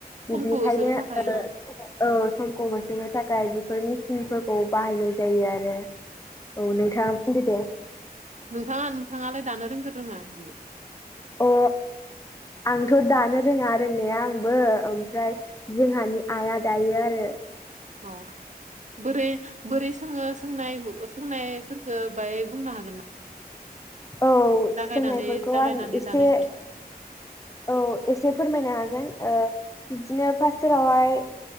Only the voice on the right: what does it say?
समखौ होसोनो थाखाय ओं
नोंथाङा नोंथाङालाय दानो रोंगोन रोङा बिदि?
अ बोरै बोरै सोङो सोंनाय सोंनायफोरखौ बाङाय बुंनो हागोन ना?
जागायनानै
जागायनानै
दानायसिम